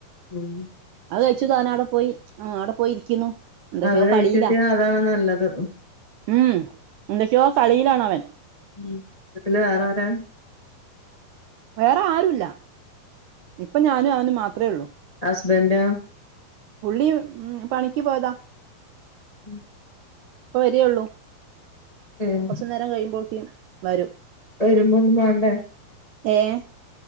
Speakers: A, on the left; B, on the right.
A: ഉം
B: അത് കഴിച്ചു താന അവിടെ പോയി ആഹ് അവിടെ പോയി ഇരിക്കുന്നു എന്തൊക്കെയോ
A: അത് കഴിച്ചിട്ടിയാ
B: കളില
A: അതാണ് നല്ലത് ഉം
B: ഉം എന്തൊക്കെയോ കളിയിലാണവൻ
A: ഉം വീട്ടില് വേറാരാ
B: വേറെ ആരുല്ല ഇപ്പ ഞാനും അവനും മാത്രമേ ഉള്ളൂ
A: ഹസ്ബൻഡോ
B: പുള്ളി ഉം പണിക്ക് പോയതാ
A: ഉം
B: ഇപ്പ വരിയുള്ളൂ
A: ഏഹ്
B: കൊറച്ചു നേരം കഴിയുമ്പോഴക്കേ വരും
A: ഇപ്പ വരുമ്പോ ഒന്നും വേണ്ടേ
B: ഏഹ്